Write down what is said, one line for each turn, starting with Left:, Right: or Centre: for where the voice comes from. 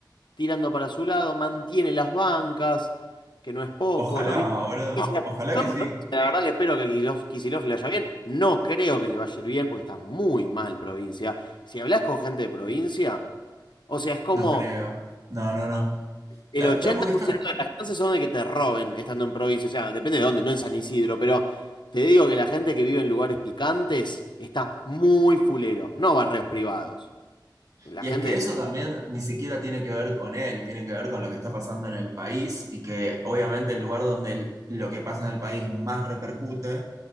Left: tirando para su lado, mantiene las bancas, que no es poco,
Right: Ojalá,
Left: lo mismo.
Right: boludo.
Left: que Kicillof.
Right: Ojalá
Left: Son
Right: que sí.
Left: provincias, la verdad que espero que Kicillof, Kicillof le vaya bien. No creo que le vaya a ir bien porque está muy mal provincia. Si hablas con gente de provincia, o sea, es como
Right: No creo. No, no, no.
Left: el
Right: La-
Left: ochenta
Right: pero porque
Left: por
Right: está
Left: ciento de las chances son de que te roben estando en provincia. O sea, depende de dónde, no en San Isidro, pero te digo que la gente que vive en lugares picantes está muy fulero, no barrios privados. La
Right: Y
Left: gente
Right: es que eso
Left: de la...
Right: también ni siquiera tiene que ver con él, tiene que ver con lo que está pasando en el país y que obviamente el lugar donde el- lo que pasa en el país más repercute